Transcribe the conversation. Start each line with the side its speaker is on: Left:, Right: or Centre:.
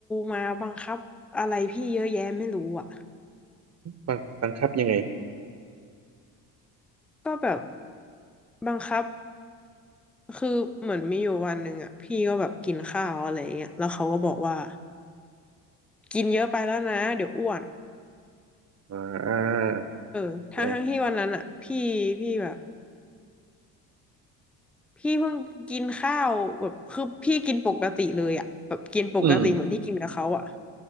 Centre: มาบังคับอะไรพี่เยอะแยะไม่รู้อ่ะ
Right: บังบังคับยังไง
Centre: ก็แบบบังคับคือเหมือนมีอยู่วันหนึ่งอ่ะพี่ก็แบบกินข้าวอะไรอย่างเงี้ยแล้วเขาก็บอกว่ากินเยอะไปแล้วนะเดี๋ยวอ้วน
Right: อ่า
Centre: เออทั้งทั้งที่วันนั้นอ่ะพี่พี่แบบ
Right: เออ
Centre: พี่เพิ่งกินข้าวแบบคือพี่กินปกติเลยอ่ะแบบกินปกติเหมือนที่กินกับเขาอ่ะ
Right: อืม